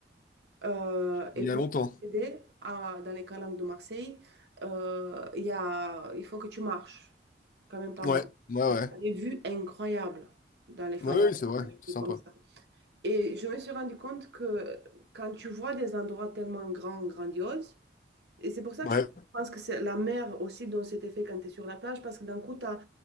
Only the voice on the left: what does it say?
Il
y
a longtemps.
Ouais,
ouais,
ouais.
Ouais, oui, c'est vrai,
c'est
sympa.
Ouais,